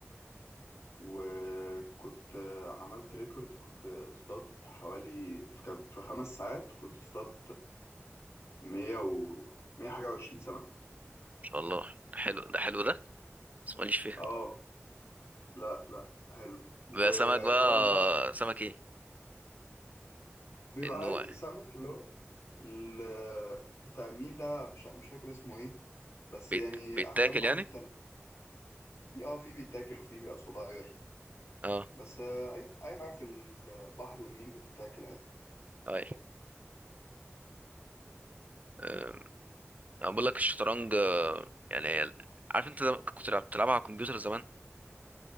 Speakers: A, on the left; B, on the right.
A: وكنت آه، عملت ريكورد كنت اصطادت حوالي في كام في خمس ساعات كنت اصطادت مية و مية حاجة وعشرين سمكة
B: شاء الله حلو ده حلو ده بس ماليش فيها
A: اه لا لا حلو وطبعا
B: بقى سمك بقى
A: بقى
B: سمك إيه؟
A: بيبقى
B: النوع
A: عايز
B: يعني.
A: سمك اللي هو ال- بتاع النيل ده مش مش فاكر اسمه ايه بس
B: بيت...
A: يعني
B: بيتاكل
A: احجام بقى
B: يعني؟
A: مختلفه في اه في بيتاكل وفي بيبقى صغير
B: اه
A: بس آه، اي اي حاجه في البحر والنيل بتتاكل يعني
B: أي آه، انا بقول لك الشطرنج آه، يعني هي- عارف انت زم- كنت لعب- بتلعبها على الكمبيوتر زمان